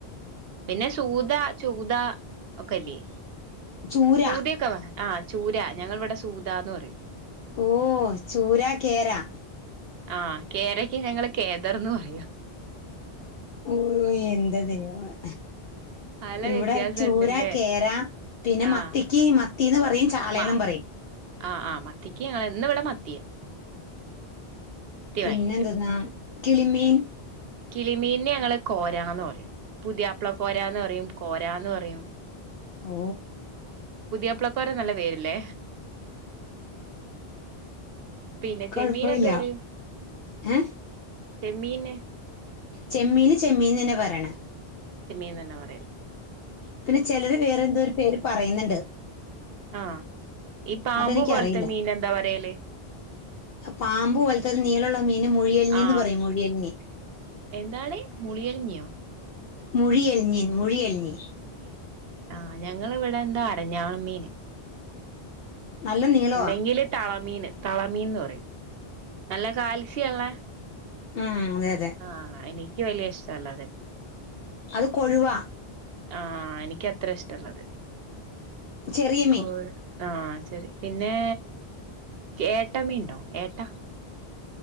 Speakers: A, on the right; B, on the left.
A: പിന്നെ സൂത ചൂത ഒക്കല്ലേ?
B: ചൂര
A: സൂദയൊക്കെ ആ ചൂര ഞങ്ങളിവിടെ സൂദാന്ന് പറയും.
B: ഓ ചൂരാ കേരാ.
A: ആ കേരയ്ക്ക് ഞങ്ങള് കേദർന്ന് പറയും.
B: ഊയോ എന്റെ ദൈവമേ
A: പല
B: ഇവിടെ
A: വ്യത്യാസം
B: ചൂരാ
A: ഉണ്ടല്ലേ
B: കേരാ പിന്നെ
A: ആഹ്
B: മത്തിക്ക് മത്തിന്ന് പറയും ചാളേന്നും
A: മ
B: പറയും.
A: ആഹ് ആഹ് മത്തിക്ക് ഞങ്ങള് ഇന്ന് ഇവിടെ മത്തിയ.
B: പിന്നെന്ത്‌ന്നാ
A: വാങ്ങിച്ചു
B: കിളിമീൻ.
A: കിളിമീനിന് ഞങ്ങള് കോരാന്ന് പറയും പുതിയാപ്പ്ള കോരാന്ന് പറയും കോരാന്ന് പറയും.
B: ഓ
A: പുതിയാപ്പ്ള കോര നല്ല പേര്ല്ലെ. പിന്നെ ചെമ്മീന്
B: കുഴപ്പമില്ല
A: എന്ത് പറയും?
B: ഏ
A: ചെമ്മീന്.
B: ചെമ്മീന് ചെമ്മീൻ തന്നെ പറയണെ.
A: ചെമ്മീൻന്നന്നെ പറയും.
B: പിന്നെ ചെലര് വേറെ എന്തോ ഒരു പേര് പറയുന്നുണ്ട്.
A: ആ ഈ പാമ്പു
B: അതെനിക്കറിയില്ല
A: പോലത്തെ മീൻ എന്താ പറയല്
B: പാമ്പ് പോലത്തൊരു നീളള്ള മീൻ മുഴിയലിനീന്ന്
A: ആഹ്
B: പറയും മുഴിയൽനി
A: എന്താണ് മുളിയലിഞ്ഞിയോ.
B: മുഴിയെൽഞ്ഞി മുഴിയെൽഞ്ഞി.
A: മുളിയലിഞ്ഞി ആഹ് ഞങ്ങളവിടെ ന്താ അരഞ്ഞാളമീന്.
B: നല്ല നീളമാ
A: അല്ലെങ്കില് തളമീന് തളമീൻന്ന് പറയും നല്ല കാൽസ്യള്ള
B: ഉം അതെ.
A: ആഹ്, എനിക്ക് വല്യേ ഇഷ്ടല്ലാ. അത്
B: അത് കൊഴുവ.
A: ആഹ് എനിക്ക് അത്ര ഇഷ്ടല്ലത്
B: ചെറിയ മീൻ
A: കോ ആഹ് ശെരി പിന്നെ ഏട്ട മീണ്ടൊ ഏട്ട